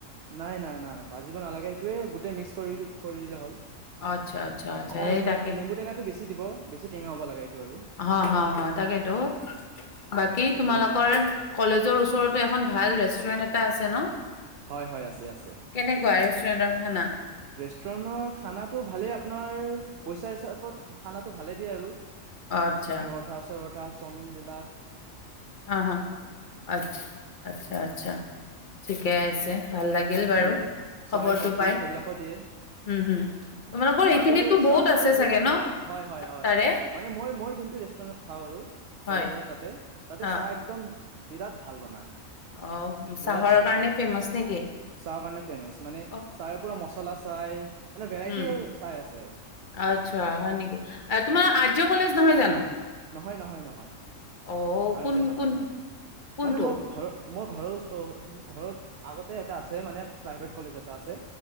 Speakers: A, on the right; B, on the left.
A: নাই নাই নাই ভাজিব নালাগে সেইটোয়ে গোটেই মিক্স কৰি কৰি দিলে হ'ল
B: আচ্ছা আচ্ছা আচ্ছা
A: অকণমান
B: এই
A: নে
B: তাকে
A: নেমু টেঙাটো বেছি দিব বেছি টেঙা হ'ব লাগে এইটো আৰু
B: অ হা হা তাকেতো বাকী
A: সেইটোৱে
B: তোমালোকৰ
A: আৰু
B: কলেজৰ ওচৰতো এখন ভাল ৰেষ্টুৰেণ্ট এখন এটা আছে ন
A: হয় হয় আছে আছে
B: কেনেকুৱা ৰেষ্টুৰেন্টৰ খানা
A: ৰেষ্টুৰেণ্টৰ খানাত আ পি খ ভাল দি আৰু
B: আচ্ছা
A: পঠা চাওমিন বিলাক
B: আহ হা আ আচ্ছা আচ্ছা ঠিকেই আছে ভাল লাগিল বাৰু
A: আৰু চাহ
B: খবৰটো
A: কফি
B: পাই
A: সেইবিলাকো দিয়ে
B: উম হম তোমালোকৰ
A: চাহটো
B: এইখিনিতো
A: আৰু চাহটো
B: বহুত আছে
A: আৰু
B: চাগে
A: বিৰাট
B: ন
A: ভাল হয় হয় হয়
B: তাৰে
A: মানে মই মই যোনটো ৰেষ্টুৰেণ্টত খাওঁ আৰু
B: হয়
A: কলেজৰ তাতে তাতে
B: হা
A: চাহ একদম বিৰাট ভাল বনায়
B: অ চাহৰৰ
A: বিৰাট ভাল
B: কাৰণে
A: বনায়
B: ফেমাচ নেকি
A: চাহৰ কাৰণে ফেমাচ মানে
B: অ
A: চাহৰ পৰাৰা মচলা চাই মানে ভেৰাইটি
B: উম
A: চাই আছে
B: আচ্ছা হয় নেকি তোমাৰ
A: হয়
B: আৰজ কলেজ নহয় জানো
A: নহয় নহয় নহয়
B: অ
A: আৰ্য
B: কোন
A: নহয়
B: কোন
A: মোৰ
B: কোনটো
A: মানে মই ঘৰ মই ঘৰৰ ওচ অ ঘৰত আগতে এটা আছে মানে প্ৰাইভেট কলেজ এটা আছে